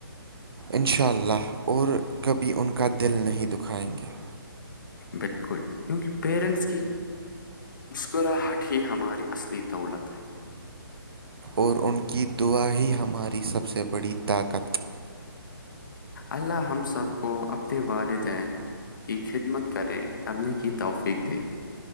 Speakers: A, on the right (about 80°); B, on the left (about 55°).
A: ان شاء اللہ اور کبھی ان کا دل نہیں دکھائیں گے
B: بالکل کیونکہ پیرنٹس کی مسکراہٹ ہی ہماری اصلی دولت ہے
A: اور ان کی دعا ہی ہماری سب سے بڑی طاقت
B: اللہ ہم سب کو اپنے والدین کی خدمت کریں کرنے کی توفیق دے